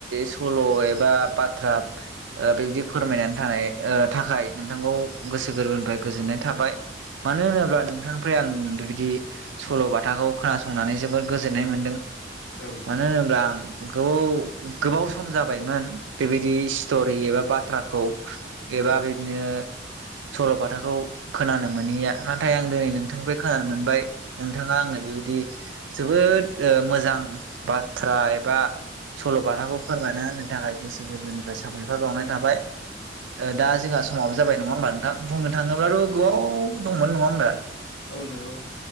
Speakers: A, on the right; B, on the left.
A: सल' एबा बाथ्रा ओ बेबदि फोरमायनानै ओ थाखाय नोंथांखौ गोसो गोरबोनिफ्राय गोजोननाय थाबाय मानो होनोब्ला नोंथां फ्राय आं बेबायदि सल' बाथाखौ खोनासंनानै जोबोर गोजोननाय मोन्दों।
B: औ
A: मानो होनोब्ला आं गोबाव गोबाव सम जाबायमोन। बेबायदि स्ट'रि एबा बाथ्राखौ एबा बिदिनो सल'बाथा खोथाखौ खोनानो मोनहैया नाथाय आं दिनै नोंथांनिफ्राय खोनानो मोनबाय। नोंथाङा आंनो बेबायदि जोबोद ओ मोजां बाथ्रा एबा सल'बाथाखौ फोरमायना होनो थाखाय गोसो गोरबोनिफ्राय साबायखर बावनाय थाबाय। ओ दा जोंहा समाबो जाबाय नङा होमबा नोंथां? बुंनो थाङोब्लाथ' गोबाव दंमोन नङा होमबा?
B: औ नंगौ।